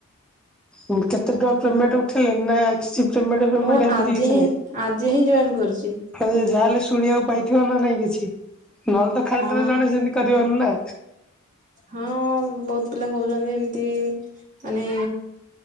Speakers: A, in the centre; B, on the right.
A: ମୁଁ କେତେ ଟଙ୍କା ପେମେଣ୍ଟ ଉଠେଇ ଲଣି ନାହିଁ ଆକ ସି ପ୍। ପେମେଣ୍ଟ ଫେମେଣ୍ଟ
B: ମୁଁ
A: ଏମିତି
B: ଆଜି
A: କିଛି
B: ହିଁ
A: ନାହିଁ
B: ଆଜି ହିଁ ଜଏନ୍ କରିଛି
A: ଖାଲି ଯାହାଲେ ଶୁ ଶୁଣିବାକୁ ପାଇଥିବ ନା ନାଇଁ କିଛି ନହେଲେ ତ ଖାଲଟାରେ
B: ହଁ
A: ଜଣେ ସେମିତି କରିବନି ନା।
B: ହଁ ବହୁତ ପିଲା କହୁଛନ୍ତି ଏମିତି ମାନେ।